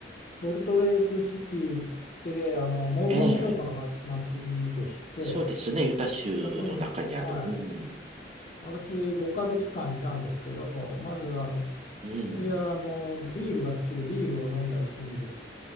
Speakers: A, on the left (about 45°); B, on the right (about 35°).
A: ソルトレークシティってあのモルモン教徒の町、
B: ええ、
A: 町でして
B: そうですね。ユタ州の中にある。
A: そこに、はい、
B: うん。
A: 私5ヶ月間いたんですけどまずあの
B: うん。
A: 私はあのビールが好きでビールを飲んだりするんですけ、